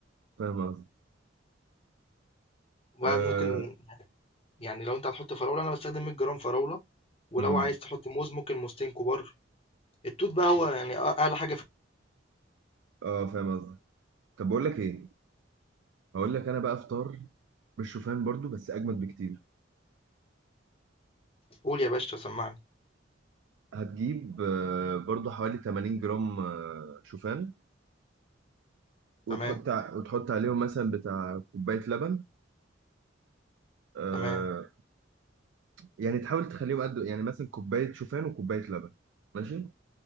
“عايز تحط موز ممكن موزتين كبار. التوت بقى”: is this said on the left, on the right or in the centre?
Left